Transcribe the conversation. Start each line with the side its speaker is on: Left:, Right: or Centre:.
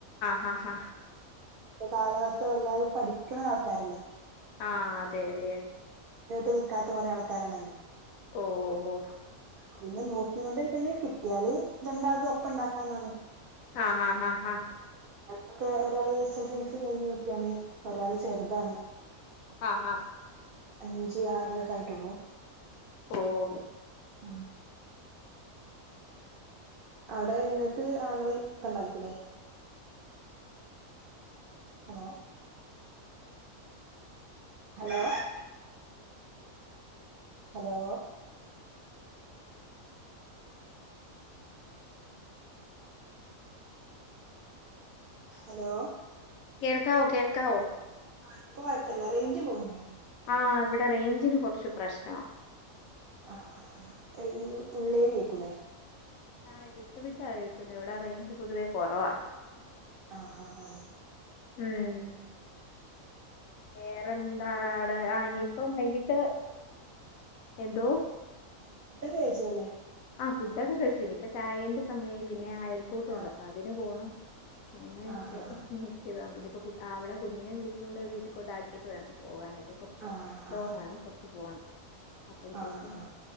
Left: ഹാ ആ
Right: കാലാവസ്ഥ വല്ലാതെ പഠിക്കണ ആൾക്കാരല്ലേ
Left: ആഹ അതെ അതെ
Right: ഞൊട്ട് നിക്കാത്ത കുറെ ആൾക്കാരാണല്ലോ
Left: ഓ ഓ ഓ
Right: പിന്നെ നോക്ക്യോണ്ടിരൂന്നെങ്കി കിട്ടിയാല് രണ്ടാൾതും ഒപ്പണ്ടാക്കാന്നാണ്
Left: ആ ഹാ ഹ അ
Right: മക്കളൊക്കെ ഒരാള് എസ് എസ് എൽസി കഴിഞ്ഞ് നിക്കാണ് ഒരാള് ചെറുതാണ്
Left: ആ ഹ
Right: അഞ്ച് ആറിലൊക്കായിട്ടുള്ളൂ
Left: ഓഓ
Right: ആ അവിടെ നിങ്ങക്ക് ആങ്ങളയൊക്കണ്ടായിക്കൂല്ലേ ഹലോ ഹലോ ഹലോ ഹലോ
Left: കേൾക്കാവോ കേൾക്കാവോ
Right: ആ ഇപ്പൊ കൊയപ്പല്ല റേഞ്ച് പോവാണ്
Left: ആ ഇവിടെ റേഞ്ചിന് കുറച്ച് പ്രശ്നാ
Right: ആ ആ ആ <unintelligible> ഉള്ളേരിയക്കൂല്ലേ
Left: ആ വിട്ടു വിട്ടാ കേക്കുന്നത് ഇവിടെ റേഞ്ച് പൊതുവേ കൊറവാ
Right: ആ ആ ആ
Left: ഉം വേറെന്താ ത് ആ ഇനിയിപ്പം വൈകിട്ട് എന്തോ
Right: ഫുഡൊക്കെ കഴിച്ചു അല്ലേ
Left: ആ ഫുഡൊക്കെ കഴിച്ചു ഇനിപ്പം ഛായേൻ്റെ സമയായി പിന്നെ അയൽക്കൂട്ടൊണ്ട്
Right: ആഹ്
Left: അപ്പതിന് പോണം അങ്ങനെയൊക്കെ
Right: ആഹ് ആഹ്
Left: നിക്ക്ന്ന് പിന്നിപ്പം കുട്ട് അവളെ കുഞ്ഞിനെ വിളിച്ചു കൊണ്ട് വീട്ടിൽ കൊണ്ടാക്കിയിട്ട് വേണം പോകാനായിട്ട് ത് കൊറച്ച്
Right: ആഹ്
Left: ലോങ്ങാണേ
Right: ആഹ്
Left: കുറച്ച് പോണം അപ്പോഴത്തേക്കും
Right: ആഹ് ആഹ്